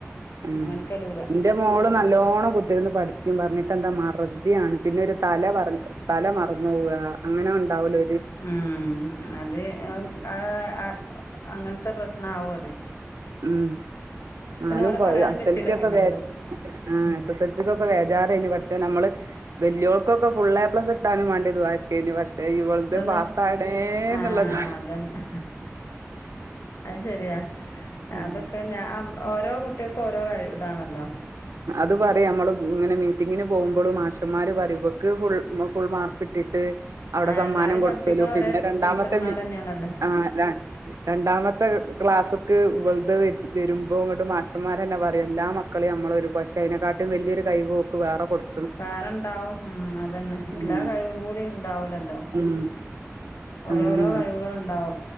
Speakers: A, on the right; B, on the left.
A: ഉം
B: മെനക്കെടൂല
A: ഇന്റ മോള് നല്ലോണം കുത്തിരുന്ന് പഠിക്കും പറഞ്ഞിട്ട് എന്താ മാർ ശ്രദ്ധയാണ്. പിന്നെ ഒരു തല പർ തല മറന്നോവ. അങ്ങനെ ഉണ്ടാവല്
B: ഉം. അത് ആഹ് <unintelligible> അങ്ങനത്തെ പ്രശ്ണാവു അത്.
A: ഉം. നാലും
B: പിന്നെ ഓലെ
A: കൊ
B: പറയാനും
A: എസ്
B: പറ്റൂല
A: എൽ സി ഒക്കെ
B: പിന്നെന്തും
A: ബാച് ആഹ്
B: ഉം
A: എസ് എസ് എൽ സി കൊക്കെ ബേജാറ് എയ്നു പട്ച്ചോ ഞമ്മള് വല്യോയോക് കൊക്ക് ഫുള്ള് എ പ്ലസ് കിട്ടാനും വേണ്ടി ദുആ ചെയ്യേനു. പക്ഷെ ഇവളത്
B: ഇതൊന്ന്.
A: പാസ്സാകണേ
B: ആഹ്
A: എന്നുള്ളത്
B: അതന്നെ ശെരിയാ.
A: ഉം
B: അതൊക്കെ ഞാ ഓരോ കുട്ടികൾക്കും ഓരോ കഴി ഇതാണല്ലോ.
A: അത് പറയാ അമ്മള് ഇങ്ങനെ മീറ്റിങ്ങിന് പോവുമ്പളും മാഷമാര് പറിം ഇവക്ക് ഫുൾ ഫുൾ മാർക്ക് കിട്ടിട്ട് അവിടെ
B: ആഹ്
A: സമ്മാനം
B: എല്ലാരും
A: കൊടുക്കലും
B: പഠിപ്പിക്കണ
A: പിന്നെ
B: ഒരേ
A: രണ്ടാമത്തെ
B: ടീച്ചർമാരന്നെയാണല്ലോ
A: മീ ആഹ് ര രണ്ടാമത്തെ ക്ലാസ് ക്ക് ഇവൾത് വരുമ്പോ ഇങ്ങട്ട് മാഷമാരന്നെ പറയും എല്ലാ മക് മക്കളിം അമ്മൾ ഒരു പക്ഷെ അയിനേകാട്ടിം വല്യയൊരു കഴിവ് ഓക്ക് വേറെ കൊടുക്
B: വേറെണ്ടാവും. ഉം അതന്നെ
A: ഉം
B: എല്ലാ കഴിവും കൂടി ഉണ്ടാവൂലല്ലോ.
A: ഉം
B: ഓരോരോ
A: അങ്ങനെയാണ്
B: കഴിവുകൾ ഉണ്ടാവും.